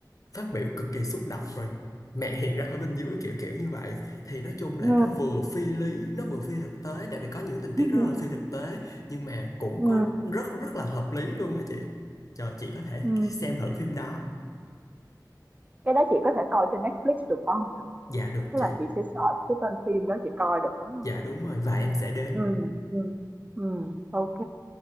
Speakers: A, on the left; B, on the right.
A: phát biểu cực kỳ xúc động rồi mẹ hiện ra ở bên dưới kiểu kiểu như vậy thì nói chung là
B: ừ
A: nó vừa phi lý nó vừa phi thực tế tại vì có những tình tiết
B: ừ
A: rất là phi thực
B: <laughs>
A: tế nhưng mà cũng
B: ừ
A: có rất rất là hợp lý luôn á chị trời chị có thể
B: ừ
A: xem thử phim đó
B: Cái đó chị có thể coi trên Netflix được phải không Thành?
A: dạ được
B: Tức
A: chị
B: là chị sẽ search cái tên phim đó chị coi được đúng không?
A: dạ đúng rồi và em sẽ đến
B: ừ ừ ừ Ok,